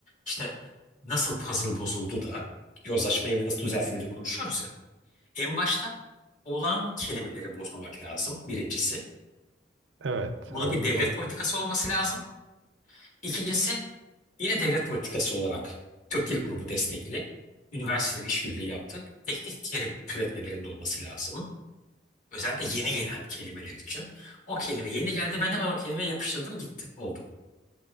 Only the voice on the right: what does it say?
Evet,
evet
doğru.